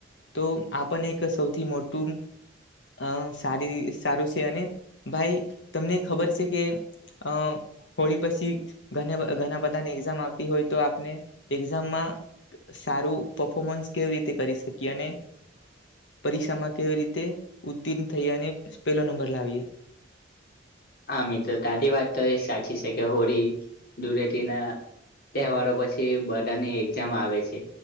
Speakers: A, on the left (about 70°); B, on the left (about 50°).
A: તો આપને એક સૌથી મોટું અ સારી સારું છે અને ભાઈ તમને ખબર છે કે અ હોળી પછી ઘ ઘણા બધા <unintelligible> આવતી હોય તો આપણે એક્ષામ માં સારું પફોમસ કેવી રીતે કરી શકીએ અને પરીક્ષામાં કેવી રીતે ઉતીર્ણ થઈ અને પેલો નંબર લાવીએ.
B: હા મિત્રો તાજી વાત તો એ સાચી છે કે હોળી ધૂળટી ના તહેવારો પછી બધાની એક્ઝામ આવે છે